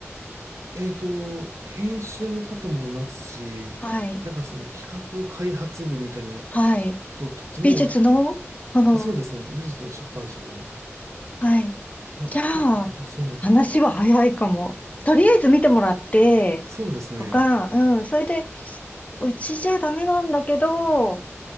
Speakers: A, on the right (about 80°); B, on the left (about 30°).
A: えっと、編集の方もいますし、
B: はい、
A: なんかその企画開発部みたいな
B: はい。
A: 人たちも、
B: 美術の、その、
A: あ、そうですね、美術の出版社の
B: はい。
A: が結構いらっしゃるので、
B: じゃあ、話は早いかも。とりあえず見てもらって、
A: そうですね、
B: とか、うん、それで、うちじゃダメなんだけど、